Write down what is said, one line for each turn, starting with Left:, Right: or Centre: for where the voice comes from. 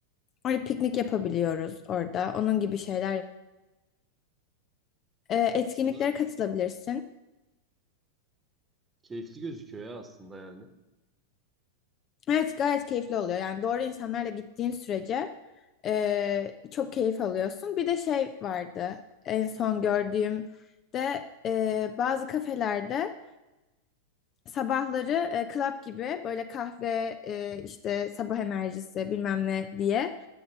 Left: orada piknik yapabiliyoruz orada. Onun gibi şeyler. Ee, etkinliklere
Right: Aslında
Left: katılabilirsin.
Right: keyifli gözüküyor ya aslında yani.
Left: Evet gayet keyifli oluyor. Yani doğru insanlarla gittiğin sürece ee, çok keyif alıyorsun. Bir de şey vardı en son gördüğümde ee, bazı kafelerde Sabahları e, club gibi böyle kahve e, işte sabah enerjisi bilmem ne diye